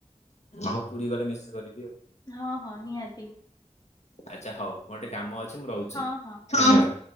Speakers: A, on the left; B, on the left.
A: ହଉ ପୁରୀ ଗଲେ ମେସଜ୍ କରିବି ଆଉ।
B: ହଁ ହଁ ନିହାତି।
A: ଆଚ୍ଛା ହଉ ଗୋଟେ କାମ ଅଛି ମୁଁ ରହୁଛି
B: ହଁ ହଁ
A: ଧନ୍ୟବାଦ।
B: ହୁଁ।